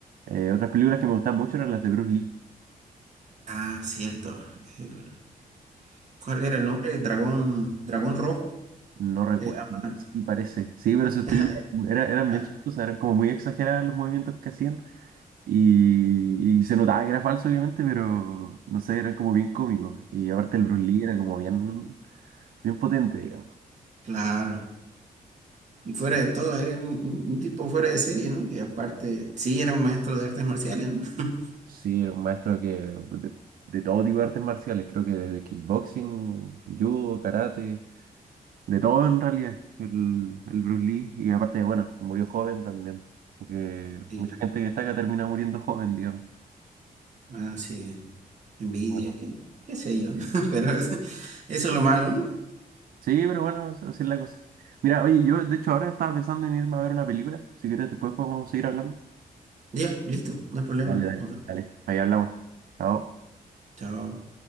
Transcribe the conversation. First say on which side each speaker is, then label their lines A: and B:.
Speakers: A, on the right; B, on the right.
A: Eh, otras películas que me gustaban mucho eran las de Bruce Lee.
B: Ah, cierto. El- ¿cuál era el nombre? El dragón, dragón rojo.
A: No recuerdo,
B: Se llama.
A: sí parece. Sí, pero esas
B: <laughs>
A: películas era- eran
B: Ah,
A: bien chistosas, eran como muy exageradas los movimientos que hacían y, y se notaba que era falso, obviamente, pero no sé, eran como bien cómicos. Y aparte el Bruce Lee era como bien, bien potente, digamos.
B: Claro. Y
A: Sí,
B: fuera de todo, era un, un- un tipo fuera de serie, ¿no? Que aparte, sí, era un maestro de artes marciales, ¿no? <laughs>
A: sí, era un maestro que de, de todo tipo de artes marciales, creo que desde kickboxing, judo, karate. De todo en realidad, el, el Bruce Lee, y aparte, bueno, murió joven también, porque
B: Sí,
A: mucha gente que destaca termina muriendo joven, digamos.
B: ah, sí, envidia,
A: Bueno,
B: qué, qué sé yo, ¿no?
A: sí,
B: <laughs> Pero es- eso es lo malo, ¿no?
A: Sí, pero bueno, así es la cosa. Mira, oye, yo de hecho ahora estaba pensando en irme a ver una película, si quieres después podemos seguir hablando.
B: Ya, listo, no hay problema.
A: Dale, dale,
B: Nos vemos.
A: dale, ahí hablamos. Chao.
B: Chao.